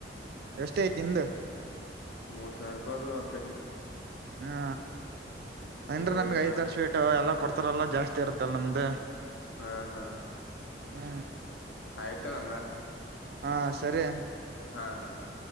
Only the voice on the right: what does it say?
ಎಷ್ಟ್ ಅಯ್ತ್ ನಿಮ್ದ.
ಹ್ಮ
ಅಂದ್ರೆ ನಮ್ಗೆ
ಐದ ತರ್ಸಿವಿಟ್ಟ ಎಲ್ಲ. ಕೊಡ್ತಾರಲ್ಲಾ ಜಾಸ್ತಿ ಇರತ್ತಲ್ಲ ನಮ್ದ.
ಹ್ಮ್
ಹಾ ಸರಿ.